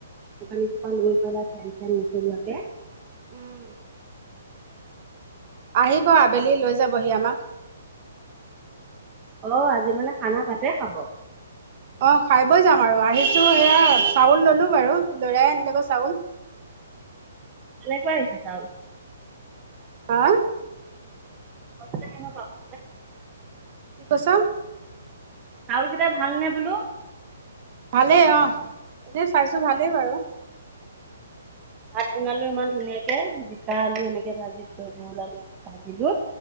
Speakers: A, on the right; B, on the right.
A: শোকানী চোকান ল পেলাই ফেন চেন নচলোৱাকে,
B: উম, আহিব আবেলি লৈ যাবহি আমাক।
A: অ' আজি মানে খানা তাতে খাব।
B: অ' খাই বৈ যাম আৰু আহিছো সেয়া চাউল ললো বাৰু লৰাই আনিলে চাউল।
A: কেনেকে আহিছা চাউল?
B: হা?
A: ম পাপ <unintelligible>
B: কি কৈছ?
A: চাউল কেইটা ভাল নে বোলো?
B: ভালেই অ' এনে চাইছো ভালেই বাৰু।
A: ভাত বনালো ইমান ধুনীয়াকে, জিকা আলু এনেকে ভাজি থৈ ভোল আলু ভাজিলো।